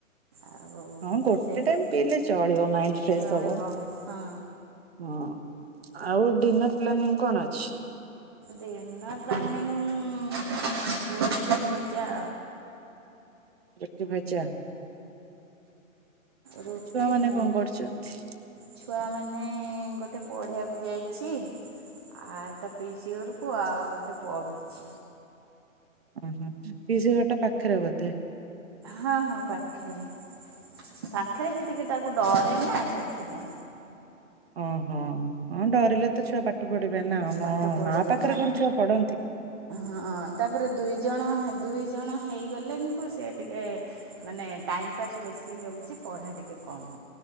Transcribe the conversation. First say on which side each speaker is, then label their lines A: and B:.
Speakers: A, on the right (about 20°); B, on the right (about 50°).
A: ଆଉ
B: ହଁ ଗୋଟେ
A: ସେଇଟା
B: ଟାଇମ ପିଇଲେ ଚଳିବ ମାଇଣ୍ଡ ଫ୍ରେଶ
A: ଚଳିବ
B: ହବ।
A: ହଁ।
B: ହଁ ଆଉ ଡିନର୍ ପ୍ଲାନିଂ କଣ ଅଛି?
A: ଦିନର ପ୍ଲାନିଂ ରୋଟି ଭଜା।
B: ରୁଟି ଭଜା!
A: ରୁଟି
B: ଛୁଆମାନେ
A: ଭେ
B: କଣ କରୁଛନ୍ତି?
A: ଛୁଆମାନେ ଗୋଟେ ପଢ଼ିବାକୁ ଯାଇଛି। ଆ ତା ପିସି ଘରକୁ, ଆଉ ଗୋଟେ ପଢୁଛି।
B: ଓହୋ ପିସିଘରଟା ପାଖରେ ବୋଧେ।
A: ହଁ ହଁ ପାଖରେ, ପାଖରେ ସେତିକି ତାକୁ ଡରେ ନା ସେଥିପାଇଁ।
B: ଓହଁ ହଁ ଡରିଲେ ତ ଛୁଆ ପାଖ ପଡିବେ ନା
A: ପାଠ ପଢ଼ିବେ
B: ନା ପାଖରେ କଣ ଛୁଆ ପଡନ୍ତି?
A: ହଁ ତାପରେ ଦୁଇ ଜଣ ଦୁଇ ଜଣ ହେଇଗଲେଙ୍କୁ ସେ ଟିକେ ମାନେ ଟାଇମ୍ ପାସ୍ ବେଶୀ ହେଉଛି ପଢ଼ା ଟିକେ କମ୍।